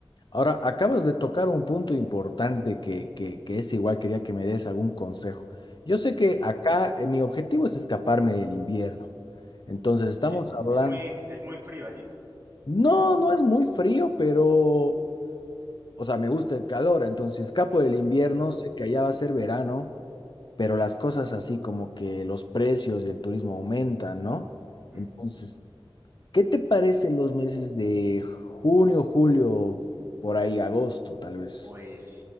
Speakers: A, on the left; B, on the right.
A: Ahora, acabas de tocar un punto importante que, que, que es igual, quería que me des algún consejo. Yo sé que
B: ¿Mm?
A: acá eh, mi objetivo es escaparme del invierno. Entonces estamos
B: ¿Sí?
A: hablando,
B: Es muy, es muy frío allí.
A: no, no es muy frío, pero, o sea, me gusta el calor. Entonces, si escapo del invierno,
B: Ah,
A: sé que allá va a ser verano, pero las cosas así como que los precios y el turismo aumentan, ¿no?
B: mm.
A: Entonces, ¿qué te parecen los meses de junio, julio, por ahí, agosto, tal vez?
B: Pues